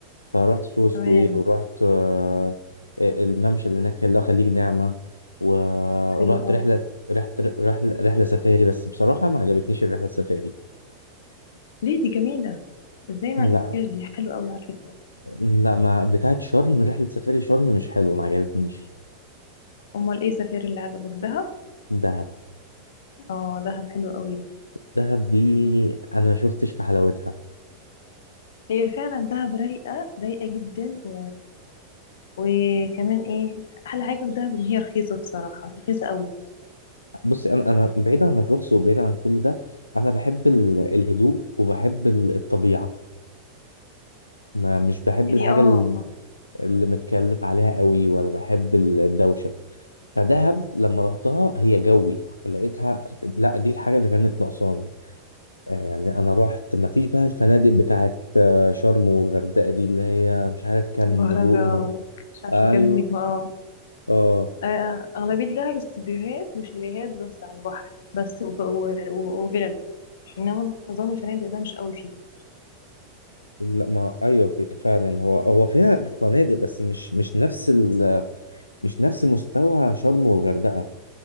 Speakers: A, on the left; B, on the left.
A: فرحت سوهو سكوير
B: كمان
A: ورحت آه، الممشى اللي هناك اللي هو خليج نعمه و-
B: حلو
A: ورحت
B: قوي
A: رحله رحت رحله رحله سفاري بس بصراحه ما عجبتنيش الرحله السفاري
B: ليه دي جميلة ازاي ما
A: لا
B: عجبتكش دي حلوة قوي على فكرة
A: لا ما بتاعت شرم رحله سفاري شرم مش حلوه ما عجبتنيش
B: امال ايه سفير اللي عجبك دهب
A: دهب
B: اه دهب حلو قوي
A: دهب دي انا ما شفتش في حلاوتها
B: هي فعلا دهب رايقة رايقة جدا و... وكمان ايه احلى حاجة في دهب ان هي رخيصة بصراحة رخيصة قوي
A: بص انا انا بعيد عن الرخص وبعيد عن كل ده انا بحب ال- الهدوء وبحب ال- الطبيعه ما مش بحب
B: هي
A: الحاجه
B: اه
A: اللي, اللي متكلف عليها قوي ولا بحب ال- الدوشه فدهب لما رحتها هي جوي لقيتها لا دي الحاجه اللي كانت ناقصاني آه، يعني انا رحت ما فيش بقى الفنادق بتاعت آه، شرم والغردقه دي اللي هي مش عارف كام
B: البهرجة
A: نجوم
B: ومش عارفة
A: ايوه
B: كام نجمة
A: اه
B: اه آه، أغلبية دهب استوديوهات وشاليهات بس على البحر بس وف... و... و... وفلل إنما نظام الفنادق ده مش قوي فيها
A: لا ما ايوه في فعلا هو هو فيها فنادق بس مش مش نفس ال... مش نفس مستوى شرم والغردقه